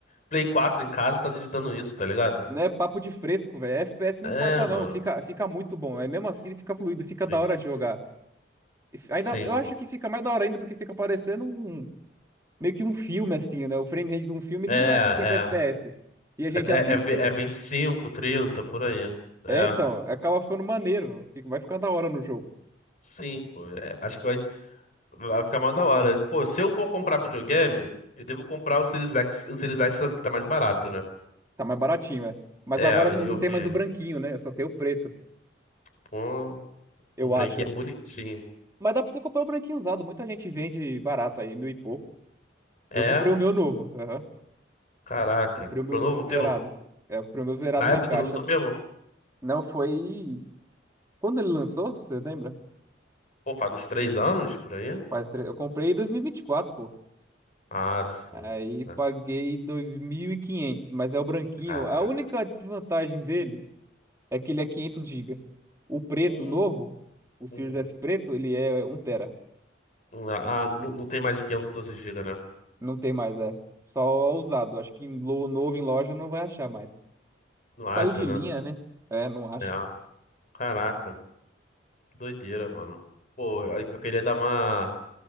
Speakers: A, on the left (about 40°); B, on the right (about 15°).
A: Play 4 em casa, tá digitando isso, tá ligado?
B: Não é papo de fresco, velho. FPS não
A: É,
B: importa
A: mano.
B: não, fica, fica muito bom. Aí mesmo assim ele fica fluido, fica
A: Sim.
B: da hora de jogar. E fi- Ainda,
A: Sim,
B: eu
A: pô.
B: acho que fica mais da hora ainda porque fica parecendo um meio que um filme, assim, né? O frame rate de um filme,
A: É,
B: ele não é 60 FPS.
A: é.
B: E a gente
A: Até
B: assiste.
A: é, ve- é 25 30 por aí.
B: É,
A: É.
B: então, acaba ficando maneiro. fica- Vai ficar da hora no jogo.
A: Sim, pô, é, acho que vai, vai ficar mal da hora. Pô, se eu for comprar videogame, eu devo comprar o Series X, o Series X que tá mais barato, né?
B: Tá mais baratinho, é. Mas
A: É,
B: agora
A: eu,
B: não
A: eu
B: não tem
A: vi
B: mais
A: ele.
B: o branquinho, né? Só tem o preto,
A: Pô,
B: eu
A: o branquinho
B: acho.
A: é bonitinho.
B: Mas dá pra você comprar o branquinho usado. Muita gente vende barato aí, mil e pouco.
A: É,
B: Eu comprei o meu novo. aham.
A: caraca.
B: Comprei
A: Comprou
B: o meu
A: novo
B: zerado.
A: teu?
B: É, eu comprei o meu zerado
A: Na
B: na
A: época
B: caixa.
A: que lançou mesmo?
B: Não, foi. Quando ele lançou, você lembra?
A: Pô, faz uns três anos por aí?
B: Faz tre- Eu comprei em 2024,
A: Ah, sim.
B: Aí
A: Ah,
B: paguei dois mil e quinhentos mas é o branquinho.
A: Caraca.
B: A única desvantagem dele é que ele é quinhentos gigas O preto
A: Hum,
B: novo, o Series
A: uhum.
B: S preto, ele é um tera
A: Ah, ah, não, não tem mais de 512 gigas né?
B: Não tem mais, é. Só usado. Acho que em lo- novo em loja não vai achar mais.
A: Não acha,
B: Saiu de linha,
A: né?
B: né? É, não acho.
A: É. Caraca. Doideira, mano. Pô, eu eu queria dar uma.